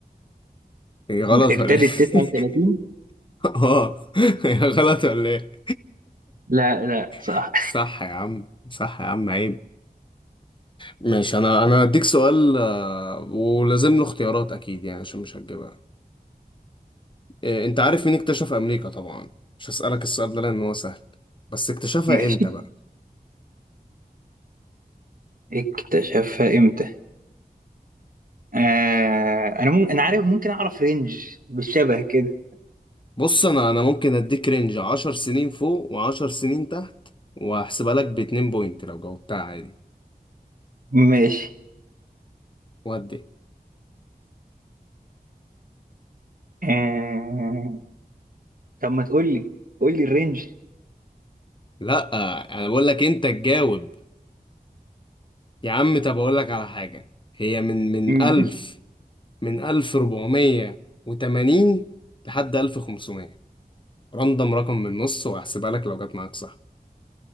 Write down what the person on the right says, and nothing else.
ابتدت
39
لا لا صح
ماشي
اكتشفها امتى آه... انا ممكن انا عارف ممكن اعرف رينج بالشبه كده
ماشي
آه... طب ما تقول لي قول لي الرينج
مم.
<laughs>